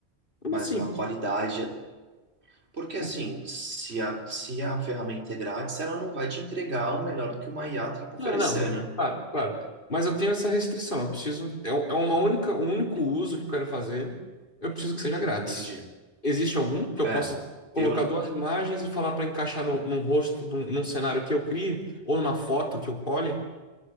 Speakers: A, on the left (about 55°); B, on the right (about 75°).
A: Como
B: Mas
A: assim?
B: uma qualidade Porque assim,
A: O-
B: se a, se a ferramenta é grátis, ela não vai te entregar o melhor que uma IA tem para
A: Não,
B: oferecer,
A: não.
B: né?
A: Claro, claro. Mas eu tenho essa restrição. Eu preciso. É, um- é uma única, um único uso que eu quero fazer. Eu preciso que seja grátis.
B: Entendi.
A: Existe algum que eu
B: É,
A: possa colocar
B: eu,
A: duas imagens e falar para encaixar no num rosto, num, num cenário que eu crie, ou numa foto que eu cole?